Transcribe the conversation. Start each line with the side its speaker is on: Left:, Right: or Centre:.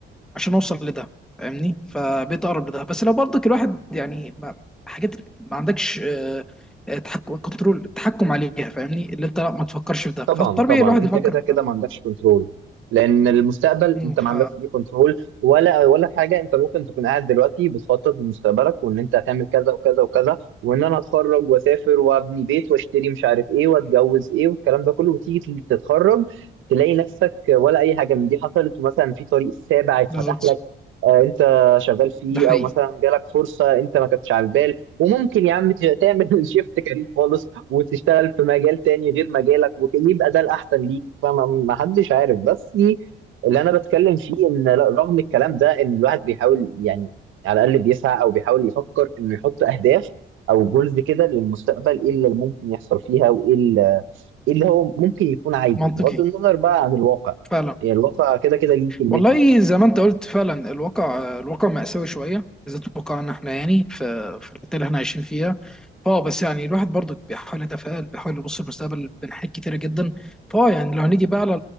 Centre: عشان أوصل لده فاهمني فبقيت أقرب لده بس لو برضك الواحد يعني ما حاجات ما عندكش آه، آه، تحكم كنترول تحكم عليها فاهمني اللي أنت لا ما تفكرش في ده
Right: طبعا
Centre: فالطبيعي
Right: طبعا
Centre: الواحد
Right: انت
Centre: يفكر
Right: كده
Centre: في
Right: كده
Centre: ده
Right: ما عندكش كنترول لان المستقبل
Centre: مم،
Right: انت ما
Centre: ف
Right: عندكش فيه كنترول ولا ولا حاجه انت ممكن تكون قاعد دلوقتي بتخطط لمستقبلك وان انت هتعمل كذا وكذا وكذا وان انا اتخرج واسافر وابني بيت واشتري مش عارف ايه واتجوز ايه والكلام ده كله وتيجي تتخرج تلاقي نفسك ولا اي حاجه من دي حصلت ومثلا في طريق سابع اتفتح
Centre: بالظبط
Right: لك آه، انت شغال فيه
Centre: ده حقيقي
Right: او مثلا جالك فرصه انت ما كنتش على البال وممكن يا عم ت- تعمل <laughs> شيفت كارير خالص وتشتغل في مجال تاني غير مجالك ويبقى ده الأحسن ليك فما ما حدش عارف بس دي اللي أنا بتكلم فيه إن لا- رغم الكلام ده إن الواحد بيحاول يعني على الأقل بيسعى أو بيحاول يفكر إنه يحط أهداف أو جولز كده للمستقبل إيه اللي ممكن يحصل فيها وإيه اللي إيه اللي هو ممكن يكون عايزه
Centre: منطقي
Right: بغض النظر بقى عن الواقع
Centre: فعلا
Right: يعني الواقع كده كده ليه كلمته
Centre: والله زي ما انت قلت فعلا الواقع الواقع مأساوي شويه بالذات واقعنا احنا يعني في في الحته اللي احنا عايشين فيها فاه بس يعني الواحد برضه بيحاول يتفائل بيحاول يبص للمستقبل بين حاجات كتيره جدا فاه يعني لو هنيجي بقى على